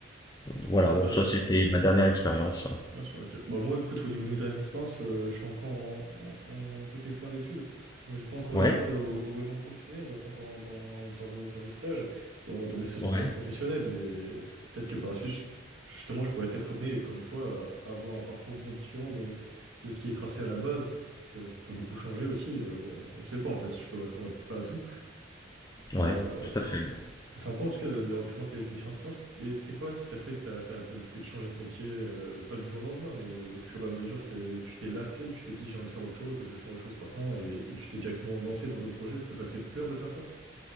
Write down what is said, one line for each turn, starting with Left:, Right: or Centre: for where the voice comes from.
Right: Ok.
Left: voilà,
Right: Et ça
Left: bon,
Right: t'a
Left: ça c'était ma dernière expérience.
Right: Bien sûr, ok. Bah, moi, écoute, au niveau de mes expériences, euh, je suis encore en, en- en côté fin d'études, donc j'ai pas encore
Left: Ouais,
Right: eu accès au, au vrai monde professionnel, je reste encore en- dans, dans le, dans le stage, dans, dans mes seules
Left: ouais,
Right: expériences professionnelles, mais peut-être que par la suite, je- justement, je pourrais être amené, comme toi, à avoir un parcours bien différent de, de ce qui est tracé à la base, C'est- ce qui peut beaucoup changer aussi, euh, on, on sait pas en fait, je peux m'attendre à peu près à tout,
Left: ouais,
Right: euh,
Left: tout
Right: bah,
Left: à
Right: c'était
Left: fait.
Right: sympa en tout cas de- d'avoir pu voir tes, tes différentes expériences. Mais c'est quoi qui t'a fait que t'as, t'as- t'as décidé de changer de métier, euh, pas du jour au lendemain, mais au fur et à mesure, c'est, tu t'es lassé, tu t'es dit j'ai envie de faire autre chose, je vais faire autre chose maintenant, et, et tu t'es directement lancé dans d'autres projets. Ça t'a pas fait peur de faire ça?